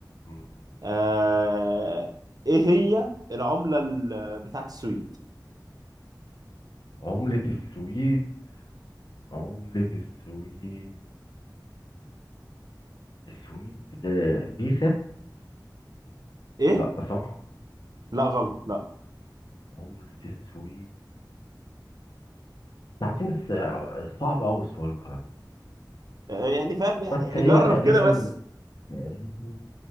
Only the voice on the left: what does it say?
مم.
عملة السويد عملة السويد السويد آه، بيسا
لا صح
عملة السويد تعطيني الس- صعب قوي السؤال ده على فكرة
بس هي
تقريبا
تقريبا